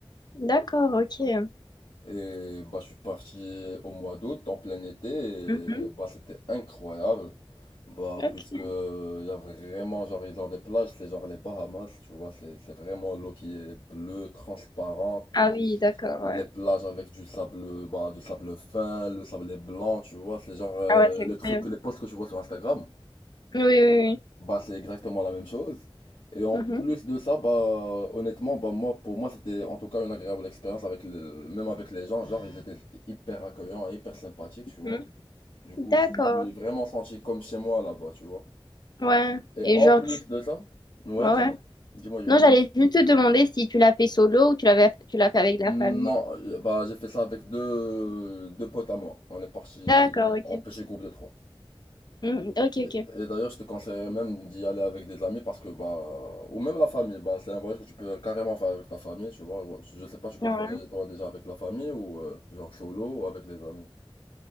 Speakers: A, on the left; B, on the left.
A: D'accord, ok.
B: et bah, je suis parti au mois d'août, en plein été,
A: Mhm.
B: et bah, c'était incroyable. Bah,
A: Ok.
B: puisque il y a vraiment, genre, ils ont des plages, c'est genre les Bahamas, tu vois, c'est, c'est vraiment l'eau qui est bleue, transparente.
A: Ah oui, d'accord,
B: Les
A: ouais.
B: plages avec du sable, bah, du sable fin, le sable est blanc, tu vois, c'est genre euh,
A: Ah ouais, c'est
B: le
A: incroyable.
B: truc, les posts que tu vois sur Instagram.
A: Oui, oui,
B: Bah, c'est exactement la même chose. Et en
A: oui.
B: plus
A: Mhm.
B: de ça, bah, honnêtement, bah, moi, pour moi, c'était en tout cas une agréable expérience avec le, même avec les gens. Genre, ils étaient hyper accueillants, et hyper sympathiques, tu vois.
A: Mhm.
B: Du
A: D'accord.
B: coup, je me suis vraiment senti comme chez moi là-bas, tu vois.
A: Ouais.
B: Et
A: Et
B: en
A: genre,
B: plus
A: tu...
B: de ça, ouais,
A: ouais,
B: dis-moi,
A: ouais.
B: dis-moi, dis-moi.
A: Non, j'allais juste te demander si tu l'as fait solo ou tu l'avais, tu l'as fait avec la
B: Non,
A: famille.
B: euh, bah, j'ai fait ça avec deux, deux potes à moi. On est parti
A: D'accord, ok.
B: en petit groupe de trois.
A: Mhm, ok,
B: Et,
A: ok.
B: et d'ailleurs, je te conseillerais même d'y aller avec des amis parce que, bah, ou même la famille, bah, c'est un voyage que tu peux carrément faire avec ta famille, tu vois. Je sais pas, tu comptes
A: Ouais.
B: voyager toi déjà avec la famille ou euh, genre solo ou avec les amis.